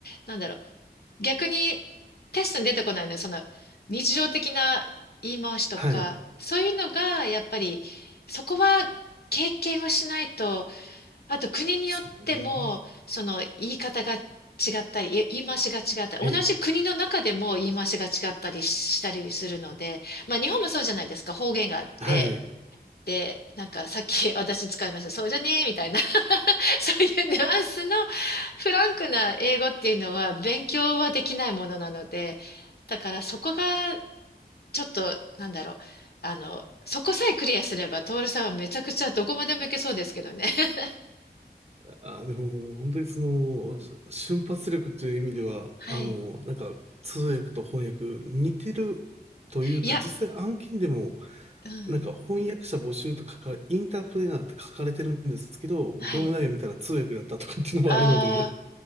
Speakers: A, on the left; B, on the right.
A: なんだろう、逆にテストに出てこないのは、その日常的な言い回しとか、
B: はい。で
A: そういうのがやっぱりそこは経験をしないと、あと国によってもその言い方が違
B: すね。
A: ったり、い言い回しが違ったり、
B: はい。
A: 同じ国の中でも言い回しが違ったりしたりするので、まあ日本もそうじゃないですか、方言があって。
B: はい。
A: で、なんかさっき <laughs> 私使いました。そうじゃねえみたいな <laughs> そういうニュアンスのフランクな英語っていうのは勉強はできないものなので、だからそこがちょっと、なんだろう、あの、そこさえクリアすれば、トールさんはめちゃくちゃどこまでもいけそうですけどね。<laughs>
B: あ、でも、本当にその、瞬発力という意味では、
A: はい。
B: あの、なんか、通訳と翻訳似てるというか、
A: いや、
B: 実際案件でも
A: うん。
B: なんか翻訳者募集と書かれ、インタープレーナーって書かれてるんですけど、
A: はい。
B: 業務内容見たら通訳だったとかっていうのもあるので、
A: ああ、
B: で